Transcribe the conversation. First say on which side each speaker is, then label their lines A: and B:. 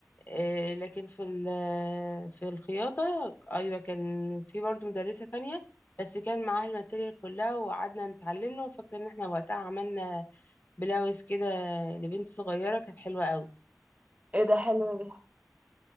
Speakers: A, on the left; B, on the right.
A: آه، لكن في ال- في الخياطة أيوة كان في برضو مدرسة تانية بس كان معاها الماتيريال كلها وقعدنا نتعلمنا وفاكرة إن احنا وقتها عملنا بلاوز كده لبنت صغيرة كانت حلوة قوي
B: ايه ده حلو ده